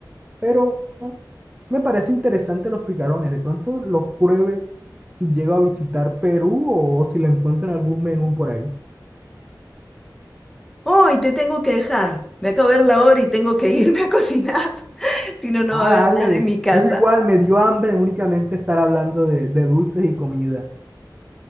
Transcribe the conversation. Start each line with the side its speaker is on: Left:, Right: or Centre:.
Right: Pero me parece interesante los picarones. De pronto los pruebe si llego a visitar Perú o si lo encuentro en algún menú por ahí.
Centre: Oh, y te tengo que dejar. Me acabo de ver la hora y tengo que irme a cocinar. <laughs> Si no, no
Right: Ah,
Centre: va a haber nada
Right: dale.
Centre: en mi casa.
Right: Yo igual me dio hambre únicamente estar hablando de, de dulces y comida.